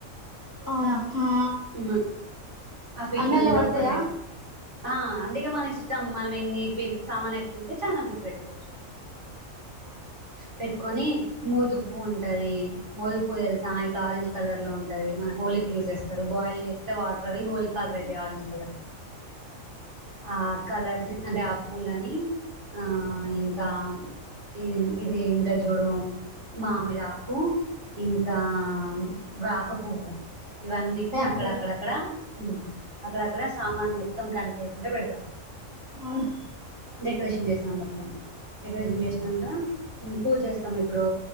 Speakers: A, on the right (about 35°); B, on the right (about 55°).
A: అవునా! ఆ
B: ఉమ్, ఆ పీటల
A: అన్నీ అల్లా
B: మీద
A: పడతయా.
B: ఒకటి పెట్టి ఆ అంటే గా, మన ఇష్టం మనం ఎన్ని పి సామాను, ఎక్కువ ఉంటే చాలా పి పెట్టుకోవచ్చు. పెట్టుకొని. మోదుగు పూ ఉంటది. మోదుగు పూ తెలుసా! ఇట్లా ఆరెంజ్ కలర్ లో ఉంటది. మన హోలీ కి యూస్ చేేస్తారు. బ ఆయిల్ వేస్తే వాటర్ అవి, హోల్ కలర్ అయిత యి ఆరెంజ్ కలర్. ఆ కలర్ని అంటే, ఆ పూలని ఆ ఇంకా. ఇ ఇది ఇంట జుడు మామిడాకు ఇంకా, ఆ వేప పువ్వు. ఇవన్నిటిని,
A: వేపపూ
B: అక్కడ అక్కడక్కడ, ఊ అక్కడక్కడ సామాన్ మొ కనిపియకుండా పెడతాం.
A: అవునా!
B: డెకరేషన్ చేస్తాం. మొత్తం డెకరేషన్, చేసినాక. ఊ పూజ చేస్తాం. ఇప్పుడు